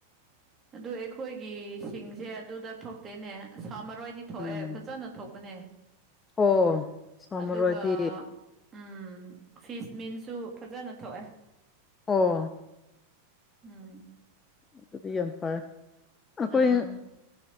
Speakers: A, on the right (about 20°); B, on the left (about 20°).
A: ꯑꯗꯨ ꯑꯩꯈꯣꯏꯒꯤ ꯁꯤꯡꯁꯦ ꯑꯗꯨꯗ ꯊꯣꯛꯇꯦꯅꯦ ꯁꯥ ꯃꯔꯣꯏꯗꯤ ꯊꯣꯛꯑꯦ
B: ꯎꯝ
A: ꯐꯖꯅ ꯊꯣꯛꯄꯅꯦ
B: ꯑꯣ ꯁꯥꯃꯔꯣꯏꯗꯤ
A: ꯑꯗꯨꯒ ꯎꯝ ꯐꯤꯁ ꯃꯤꯟꯁꯨ ꯐꯖꯅ ꯊꯣꯛꯑꯦ
B: ꯑꯣ
A: ꯎꯝ <inaudible>
B: ꯑꯗꯨꯗꯤ ꯌꯥꯝ ꯐꯔꯦ ꯑꯩꯈꯣꯏ
A: ꯎꯝ